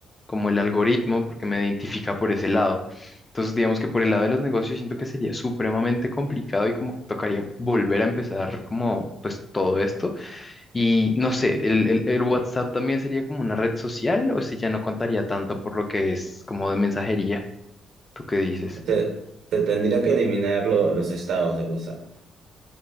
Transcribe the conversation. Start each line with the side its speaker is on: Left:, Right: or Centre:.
Left: como el algoritmo porque me identifica por ese lado. Entonces, digamos que por el lado de los negocios siento que sería supremamente complicado y como que tocaría volver a empezar como pues todo esto. Y no sé, el, el- el WhatsApp también sería como una red social o si ya no contaría tanto por lo que es como de mensajería. ¿Tú qué dices?
Right: Te, te tendría que eliminar lo- los estados de WhatsApp,